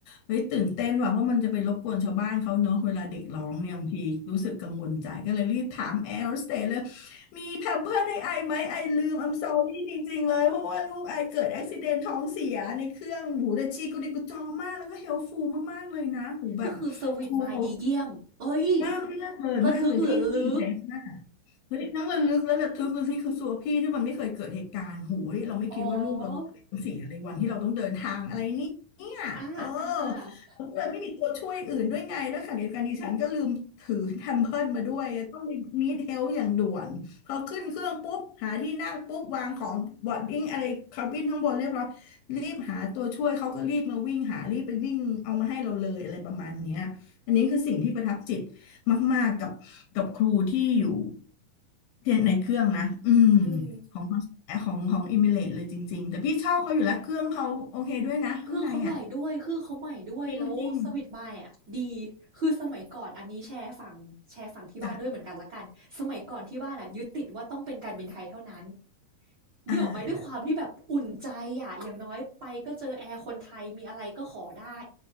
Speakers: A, on the left; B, on the right.
A: เฮ้ยตื่นเต้นว่ะเพราะมันจะไปรบกวนชาวบ้านเขาเนอะเวลาเด็กร้องเนี่ยบางทีรู้สึกกังวลใจก็เลยรีบถามแอร์โฮสเตสเลยมีแพมเพิร์สไดไอไหมไอลืม I'm sorry จริงๆเลยเพราะว่าลูกไอเกิดอุบติเหตุท้องเสียในเครื่องหูแต่ชีกุลิกุจอมากแล้วก็เฮลฟูลมากๆเลยนะหูแบบ
B: ๆก็คือเซอร์วิซมาดีเยี่ยมเฮ้ย
A: ครูเขา มากมากเลยมากเลยพี่พี่อิมเพรสมาก
B: ระทึกหรือระลึก
A: เฮ้ยทั้งระลึกและระทึกเลยพี่คือสัวพี่ที่มันไม่เคยเกิดเหตุการณ์โหยเราไม่คิดว่าลูกเราจะเป็นสิ่งอะไรวันที่เราต้องเดินทางอะไรนี่เนี่ยเออ
B: อ๋ออาอา
A: เราก็เลยไม่มีตัวช่วยอื่นด้วยไงแล้วขณะเดียวกันดิฉันก็ลืมถือแทมเพิร์มาด้วยต้องไปนีดเฮลอย่างด่วนพอขึ้นเครื่องปุ๊บหาที่นั่งปุ๊บวางของบอดดิ้งอะไรคาบินข้างบนเรียบร้อย
B: ๆ
A: รีบหาตัวช่วยเขาก็รีบมาวิ่งหารีบไปวิ่งเอามาให้เราเลยอะไรประมาณเนี้ยอันนี้คือสิ่งที่ประทับจิต มากๆกับกับครูที่อยู่เทียนในเครื่องนะ อืม
B: อืม
A: ของของของอิมิเลตเลยจริงๆ แต่พี่ชอบเขาอยู่แล้วเครื่องเขาโอเคด้วยนะข้างในอ่ะ
B: เครื่องเขาใหญ่ด้วยเครื่องเขาใหม่ด้วยแล้วสวิตช์ไมค์อะดีคือสมัยก่อนอันนี้แชร์ฝั่งแชร์ฝั่งที่บ้านด้วยเหมือนกันละกันสมัยก่อนที่บ้านอะยึดติดว่าต้องเป็นการบินไทยเท่านั้น
A: จริงๆจ้ะ
B: นี่ออกไหมด้วยความที่แบบอุ่นใจอะอย่างน้อยไปก็เจอแอร์คนไทยมีอะไรก็ขอได้
A: อ่า